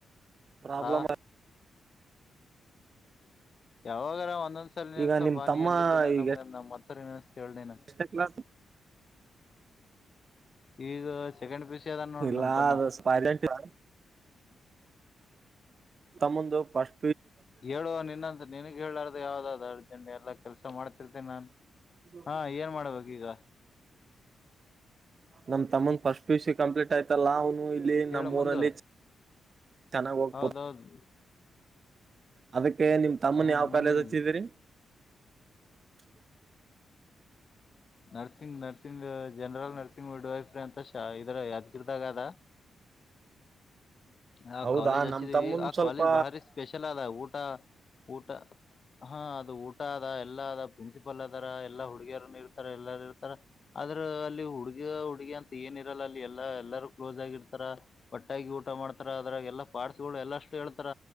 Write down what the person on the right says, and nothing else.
ಪ್ರಾಬ್ಲಮ್
ಆ
ಈಗ ನಿಮ್ ತಮ್ಮ
ಈಗ
ಎಷ್ಟನೇ ಕ್ಲಾಸ್
ಇಲ್ಲಾ
ಅದು ಸ್ಪಾಜೇಂಟಿಯ ತಮ್ಮಂದು ಪಸ್
<unintelligible>
ನಮ್ಮ ತಮ್ಮನ್ first P U C complete ಆಯ್ತಲ್ಲ ಅವ್ನ್ ಇಲ್ಲಿ
ನಮ್ಮ
ಊರಲ್ಲಿ ಚ್ ತೆನಾಗ್ ಓಗ್ಪುತ್
ಅದಿಕ್ ಕ್ಕೆ ನಿಮ್ ತಮ್ಮನ್
ಯಾವ ಕಾಲೇಜ್ ಹಚ್ಚಿದೀರಿ? <unintelligible>
ಹೌದಾ
ನಮ್
ತಮ್ಮನ್
ಸ್ವಲ್ಪ